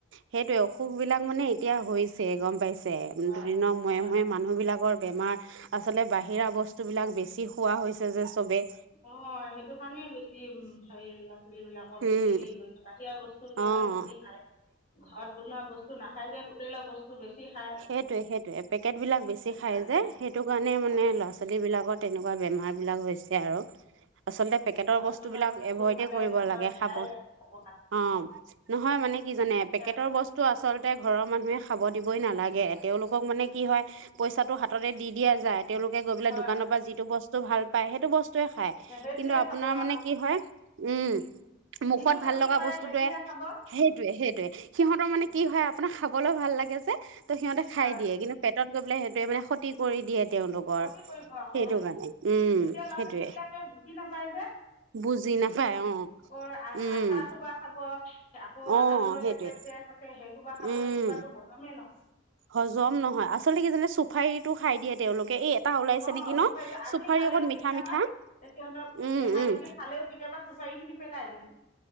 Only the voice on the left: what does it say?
হয়।
হয়।
অ' সেইটো কাৰণেই বেছি হেৰি। ুলিবিলাকৰ বেছি
হেৰি কৰিছে বাহিৰা বস্তু সিহঁতে
বেছি খায় ঘৰত বনোৱা বস্তু নাখায় যে। হোটেলৰ বস্তু বেছি খায়
সেইটো
কাৰণে
হয়।
ঘৰত
বনোৱা
বস্তু
খালে
সিহঁতৰ
বেয়াই
লাগি থাব।
ভাল লাগে।
হয়
সেইটোৱে
খাব আকৌ
যিটো ক্ষতি
কৰে
সেইটোহে খাব
উম,
হয়
ক্ষতি কৰিব আকৌ
এতিয়া ল'ৰা
ছোৱালীবিলাকে বুজি নাপায়
আক আহ
আচাৰ খোবা খাব, আকৌ
তামোলৰ
পেকেট যে থাকে সেই। কোব খ
সেইোবাতো হজ
অ
হয়তো আমি
খালেও
কেতিয়াবা।
তে সিহঁতক
দেখা
দেখি খালেও, কেতিয়াবা চুপাৰী খিনি পেলাই দিম।